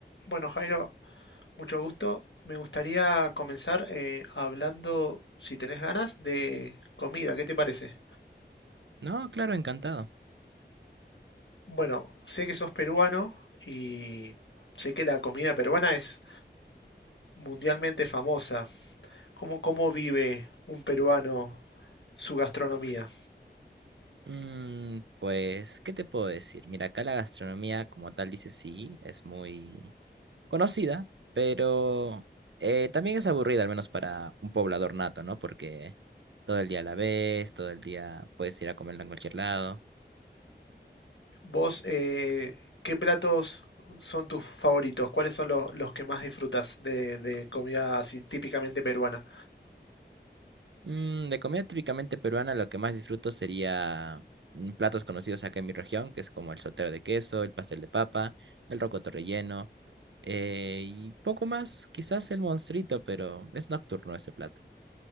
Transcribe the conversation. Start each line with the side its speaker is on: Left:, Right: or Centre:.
Left: Bueno, Jairo, mucho gusto. Me gustaría comenzar eh, hablando, si tenés ganas, de comida. ¿Qué te parece?
Right: No, claro, encantado.
Left: Bueno, sé que sos peruano y sé que la comida peruana es mundialmente famosa. ¿Cómo, cómo vive un peruano su gastronomía?
Right: Mm, pues, ¿qué te puedo decir? Mira, acá la gastronomía, como tal, dice sí, es muy conocida, pero eh, también es aburrida, al menos para un poblador nato, ¿no? Porque todo el día la ves, todo el día puedes ir a comerla en cualquier lado.
Left: ¿Vos eh, qué platos son tus favoritos? ¿Cuáles son lo- los que más disfrutas de, de comida así típicamente peruana?
Right: Mm, de comida típicamente peruana, lo que más disfruto sería mm, platos conocidos acá en mi región, que es como el soltero de queso, el pastel de papa, el rocoto relleno. Eh, y poco más, quizás el monstruito, pero es nocturno ese plato.